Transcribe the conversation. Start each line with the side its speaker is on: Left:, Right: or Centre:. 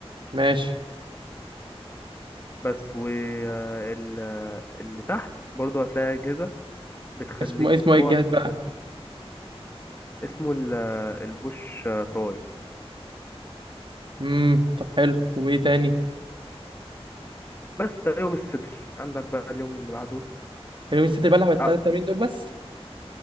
Right: ماشي
Left: بس واللي تحت برضو هتلاقي اجهزة بتخليك
Right: اسمه إيه؟ اسمه
Left: كوعك
Right: ايه الجهاز بقى
Left: يجبرك فوق اسمه ال- آه، البوش آه، تراي
Right: امم طب حلو وايه تاني
Left: بس ده يوم الصدر عندك بقى اليوم اللي بعده
Right: اليومين الصدر بلعب التلات
Left: اه
Right: تمارين دول بس